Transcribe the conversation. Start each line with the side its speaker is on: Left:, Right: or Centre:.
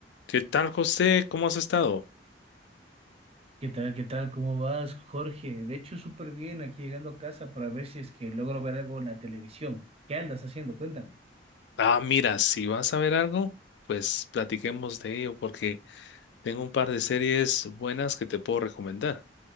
Left: ¿Qué tal, José? ¿Cómo has estado?
Right: ¿Qué tal? ¿Qué tal? ¿Cómo vas, Jorge? De hecho, súper bien aquí llegando a casa para ver si es que logro ver algo en la televisión. ¿Qué andas haciendo? Cuéntame.
Left: Ah, mira, si vas a ver algo, pues platiquemos de ello porque tengo un par de series buenas que te puedo recomendar.